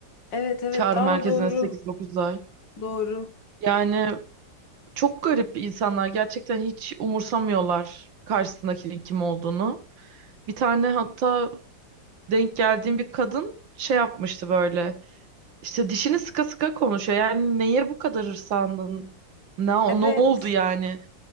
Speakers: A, on the left (about 70°); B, on the right (about 85°).
A: Evet evet
B: çağrı
A: daha
B: merkezine
A: doğru.
B: sekiz 9 ay.
A: Doğru.
B: Yani çok garip insanlar gerçekten hiç umursamıyorlar karşısındakinin kim olduğunu. Bir tane hatta denk geldiğim bir kadın şey yapmıştı böyle. İşte dişini sıka sıka konuşuyor. Yani neye bu kadar hırsandın? Ne, ne
A: Evet.
B: oldu yani?